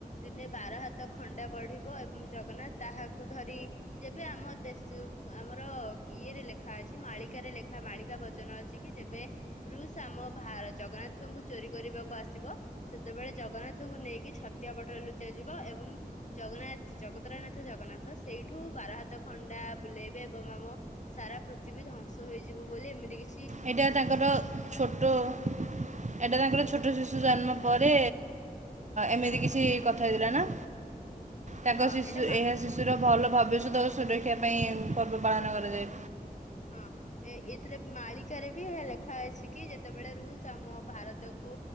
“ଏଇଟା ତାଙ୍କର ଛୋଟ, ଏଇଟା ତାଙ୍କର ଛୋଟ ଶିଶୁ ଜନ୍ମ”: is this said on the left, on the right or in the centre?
Right